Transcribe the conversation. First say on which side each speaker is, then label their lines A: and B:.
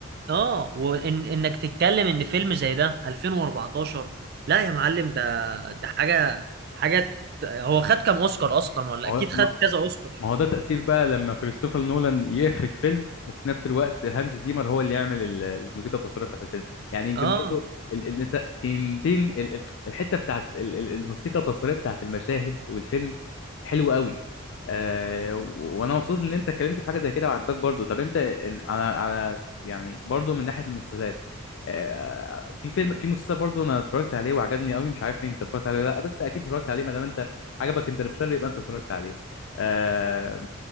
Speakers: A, on the right; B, on the left.
A: اه وان انك تتكلم ان فيلم زي ده 2014 لا يا معلم ده ده حاجه حاجه ت- هو خد كام اوسكار اصلا ولا
B: ما
A: اكيد
B: هو
A: خد كذا اوسكار
B: ما هو ده تأثير بقى لما كريستوفر نولان يخرج فيلم وفي نفس الوقت هانز زيمر هو اللي يعمل ال- الموسيقى التصويرية بتاعت الفيلم يعني يمكن
A: اه
B: برضو ال ال الت- تن تن ال ال الحتة بتاعت ال ال الموسيقى التصويرية بتاعت المشاهد والفيلم حلوة قوي آه و- وانا مبسوط ان انت اتكلمت في حاجة زي كده وعجباك برضو طب انت إن- على على يعني برضو من ناحية المسلسلات آه في فيلم في مسلسل برضو انا اتفرجت عليه وعجبني قوي مش عارف انت اتفرجت عليه ولا لا بس اكيد اتفرجت عليه ما دام انت عجبك انترستيلر يبقى انت اتفرجت عليه آه،